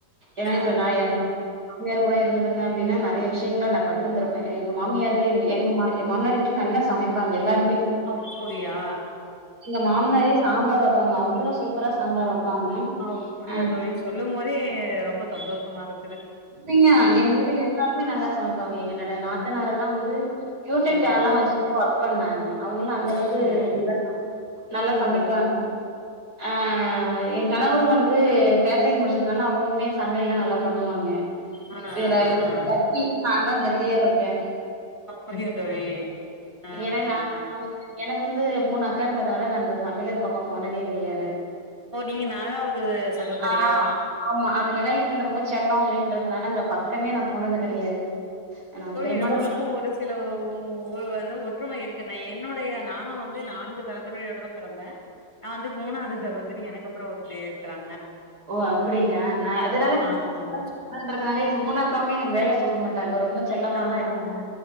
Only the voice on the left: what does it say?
ஆ
ஆ
அப்புடியா
அப்புடியா
தோழி சொல்லும் போதே ரொம்ப சந்தோஷமாருக்குது
ம்
அப்படியா
தோழி
ம்
ம்
ஆ
ஆ ஆ
அப்டியா தோழி ஆ ஆ
ஓ நீங்க நாலாவ்து சகோதரியா
தோழி
நம்மளுக்கு ஒரு சில ஒ ஒரு ஒருவரிட ஒற்றுமை இருக்கு நா என்னுடைய நானு வந்து நான்கு சகோதிரியோட தா பிறந்தே நா வந்து மூணாவ்து சகோதரி எனக்கு அப்றோ ஒருத்தி இருக்குறாங்க
ஆமாங்க
ஆ ஆ
ஆ